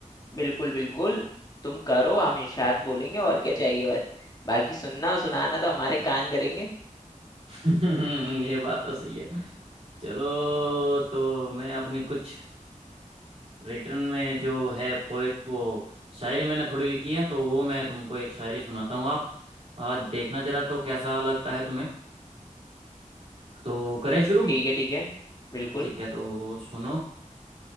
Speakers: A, on the left; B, on the right.
A: बिल्कुल बिल्कुल तुम करो हम इरशाद बोलेंगे और क्या चाहिए बस बाकी सुनना और सुनाना तो हमारे कान करेंगे
B: <laughs> ये बात तो सही है चलो तो मैं अपनी कुछ रिटर्न में जो है पोइट वो शायरी मैंने थोड़ी लिखी है तो वो मैं तुमको एक शायरी सुनाता हूँ आप आज देखना जरा तो कैसा लगता है तुम्हें तो करें शुरू
A: ठीक है ठीक है बिल्कुल
B: ठीक है तो सुनो